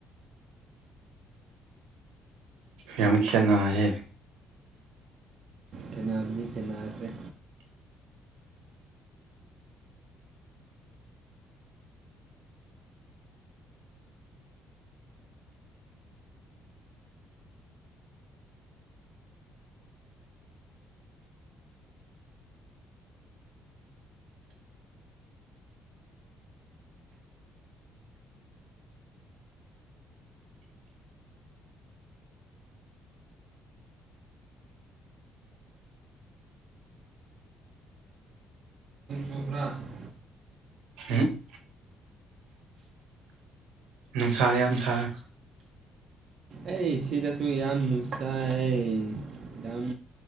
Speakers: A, on the right; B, on the right.
A: ꯌꯥꯝ ꯈꯦꯠꯅꯍꯦ
B: ꯐꯟꯌꯥꯝꯗꯤ ꯈ‌ꯦꯅꯥꯈꯔꯦ <unintelligible>
A: ꯎꯝ ꯅꯨꯡꯁꯥ ꯌꯥꯝ ꯁꯥꯏ
B: ꯑꯩ ꯁꯤꯗꯁꯨ ꯌꯥꯝꯅ ꯁꯥꯏ ꯌꯥꯝ